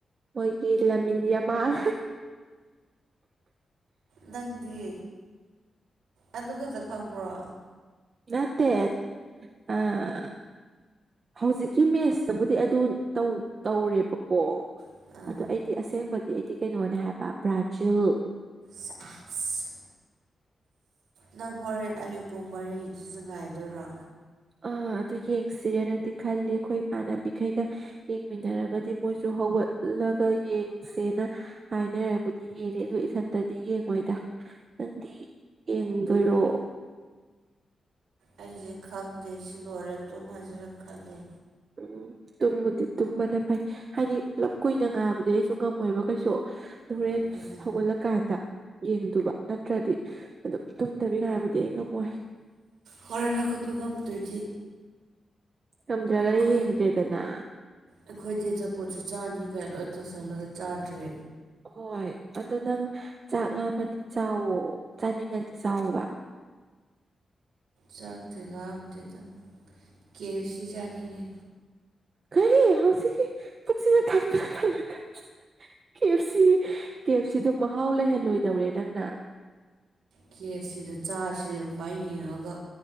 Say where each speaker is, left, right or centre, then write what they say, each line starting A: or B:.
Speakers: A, on the right (about 55°); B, on the right (about 80°).
A: ꯃꯣꯏꯒꯤ ꯂꯃꯤꯟ ꯌꯥꯃꯜ
B: ꯅꯪꯗꯤ ꯑꯗꯨ ꯈꯛꯇ ꯈꯪꯕ꯭ꯔꯣ
A: ꯅꯠꯇꯦ ꯑꯥ ꯍꯧꯖꯤꯛ ꯀꯤ ꯃꯦꯁꯇꯕꯨꯗꯤ ꯑꯗꯨ ꯇꯧ ꯇꯧꯔꯦꯕꯀꯣ
B: ꯑꯥ
A: ꯑꯗꯣ ꯑꯩꯗꯤ ꯑꯁꯦꯡꯕꯗꯤ ꯑꯩꯗꯤ ꯀꯩꯅꯣꯅꯦ ꯍꯥꯏꯕ ꯕ꯭ꯔꯥꯖꯤꯜ
B: ꯁꯦꯑꯁ ꯅꯪ ꯍꯣꯔꯦꯟ ꯑꯌꯨꯛ ꯄꯨꯡ ꯃꯔꯤꯒꯤꯗꯨꯁꯨ ꯉꯥꯏꯗꯣꯏꯔꯣ
A: ꯑꯥ ꯑꯗꯨ ꯌꯦꯡꯁꯤꯔꯦꯅꯗꯤ ꯈꯜꯂꯤ ꯑꯩꯈꯣꯏ ꯏꯃꯥꯟꯅꯕꯤꯈꯩꯒ ꯌꯦꯡꯃꯤꯟꯅꯔꯒꯗꯤ ꯃꯣꯏꯁꯨ ꯍꯧꯒꯠꯂꯒ ꯌꯦꯡꯁꯦꯅ ꯍꯥꯏꯅꯔꯕꯨꯗꯤ ꯌꯦꯡꯉꯦ ꯑꯗꯣ ꯏꯊꯟꯇꯗꯤ ꯌꯦꯡꯉꯣꯏꯗ ꯅꯪꯗꯤ ꯌꯦꯡꯗꯣꯏꯔꯣ
B: ꯑꯩꯁꯦ ꯈꯪꯗꯦ ꯁꯤ ꯂꯣꯏꯔ ꯇꯨꯝꯃꯁꯤꯔꯥ ꯈꯜꯂꯤ
A: ꯎꯝ ꯇꯨꯝꯕꯨ ꯗꯤ ꯇꯨꯝꯕꯅ ꯐꯩ ꯍꯥꯏꯗꯤ ꯄꯨꯂꯞ ꯀꯨꯏꯅ ꯉꯥꯏꯕꯗꯤ ꯑꯩꯁꯨ ꯉꯝꯃꯣꯏꯕ ꯀꯩꯁꯨ ꯑꯗꯨ ꯍꯣꯔꯦꯟ
B: ꯑꯗꯨꯅꯦ
A: ꯍꯧꯒꯠꯂꯛ ꯀꯥꯟꯗ ꯌꯦꯡꯗꯨꯕ ꯅꯠꯇ꯭ꯔꯗꯤ ꯑꯗꯨꯝ ꯇꯨꯝꯗꯕꯤ ꯉꯥꯏꯕꯗꯤ ꯑꯩ ꯉꯝꯃꯣꯏ
B: ꯍꯣꯔꯦꯟ ꯍꯧꯒꯠꯄ ꯉꯝꯗ꯭ꯔꯗꯤ
A: ꯉꯝꯗ꯭ꯔꯒꯗꯤ
B: ꯑꯩꯈꯣꯏ
A: ꯌꯦꯡꯗꯦꯗꯅ
B: ꯑꯩꯈꯣꯏꯗꯤ ꯑꯆꯥꯄꯣꯠꯁꯨ ꯆꯥꯅꯤꯒꯥꯏ ꯂꯣꯏ ꯇꯧꯁꯜꯂꯒ ꯆꯥꯗ꯭ꯔꯦ
A: ꯍꯣꯏ ꯑꯗꯣ ꯅꯪ ꯆꯥꯛ ꯂꯥꯝꯃꯗꯤ ꯆꯥꯎꯋꯣ ꯆꯥꯅꯤꯡꯉꯗꯤ ꯆꯥꯎꯋꯣꯕ
B: ꯆꯥꯛꯇꯤ ꯂꯥꯝꯗꯦꯗ ꯀꯦ ꯑꯦꯐ ꯁꯤ ꯆꯥꯅꯤꯡꯉꯦ
A: ꯀꯔꯤ ꯍꯧꯖꯤꯛꯀꯤ ꯄꯨꯛꯁꯤꯗ ꯊꯟꯕꯨ ꯊꯟꯂꯀꯥꯟꯁꯤꯗ ꯀꯦ ꯑꯦꯐ ꯁꯤ ꯀꯦ ꯑꯦꯐ ꯁꯤꯗꯣ ꯃꯍꯥꯎ ꯂꯩꯍꯜꯂꯣꯏꯗꯧꯔꯦ ꯅꯪꯅ
B: ꯀꯦꯐꯁꯤꯗꯨ ꯆꯥꯁꯤ ꯁꯨꯃꯥꯏ ꯌꯦꯡꯉꯒ